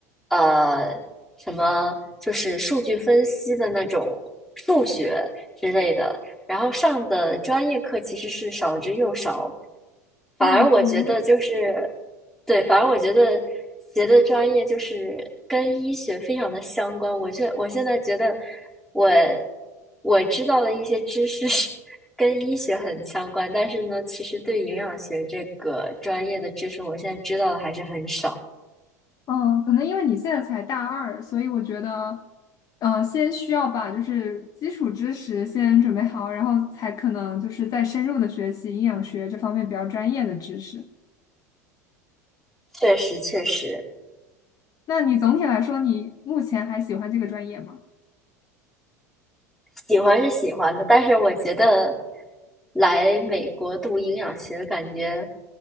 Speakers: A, in the centre; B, on the left.
A: 呃，什么就是数据分析的那种数学之类的，然后上的专业课其实是少之又少，反而我觉得就是，
B: 哦，嗯
A: 对，反而我觉得学的专业就是跟医学非常的相关。我现我现在觉得我我知道的一些知识是 <laughs> 跟医学很相关，但是呢，其实对营养学这个专业的知识，我现在知道的还是很少。
B: 嗯，可能因为你现在才大二，所以我觉得，呃，先需要把就是基础知识先准备好，然后才可能就是再深入的学习营养学这方面比较专业的知识。
A: 确实，确实。
B: 那你总体来说，你目前还喜欢这个专业吗？
A: 喜欢是喜欢的，但是我觉得来美国读营养学，感觉，